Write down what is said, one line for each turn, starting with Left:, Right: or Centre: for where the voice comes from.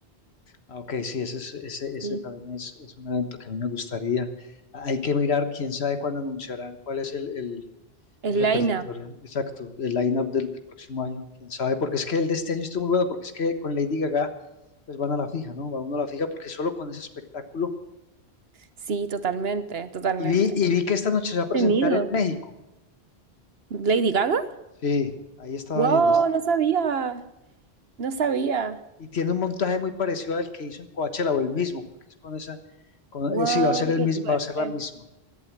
Left: Ah, ok, sí, ese, es- ese, ese
Right: sí.
Left: también es, es un evento que a mí me gustaría. Ah, Hay que mirar, quién sabe cuándo anunciarán cuál es el, el-
Right: El
Left: El repertorio,
Right: line-up.
Left: exacto, el line-up del, del próximo año, quién sabe, porque es que el de este año estuvo muy bueno, porque es que con Lady Gaga pues van a la fija, ¿no? Va uno a la fija porque solo con ese espectáculo.
Right: Sí, totalmente, totalmente.
Left: Y vi, y vi que esta noche se va a presentar
Right: Tenido.
Left: en México.
Right: ¿Lady Gaga?
Left: Sí, ahí estaba
Right: Wow,
Left: viendo. es-
Right: no sabía, no sabía.
Left: Y tiene un montaje muy parecido al que hizo en Coachella o el mismo, porque es con esa, con,
Right: Wow,
Left: eh, sí, va a ser el
Right: qué
Left: mismo,
Right: suerte.
Left: va a ser la misma.